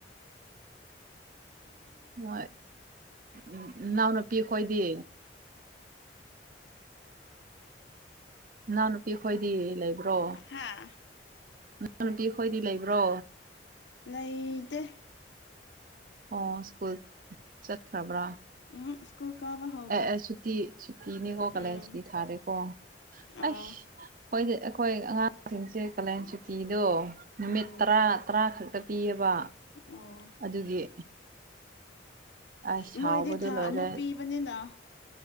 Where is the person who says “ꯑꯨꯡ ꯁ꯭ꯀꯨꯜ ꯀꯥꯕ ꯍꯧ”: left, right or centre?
Left